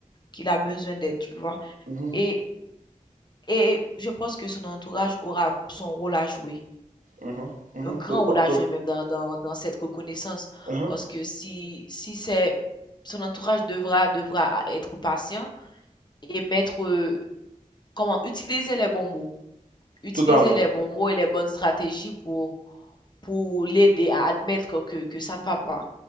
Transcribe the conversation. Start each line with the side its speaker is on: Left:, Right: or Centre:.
Left: qu'il a besoin d'aide, tu vois.
Right: mhm, mhm,
Left: Et, et je pense que son entourage aura son rôle à jouer.
Right: mhm. mhm.
Left: un grand
Right: To-
Left: rôle
Right: to-
Left: à
Right: to-
Left: jouer même dans, dans, dans cette reconnaissance.
Right: mhm,
Left: Parce que si, si c'est son entourage devra, devra être patient et mettre, euh, comment, utiliser les bons mots. Utiliser
Right: Totalement,
Left: les bons mots et les bonnes stratégies pour, pour l'aider à admettre que, que ça ne va pas.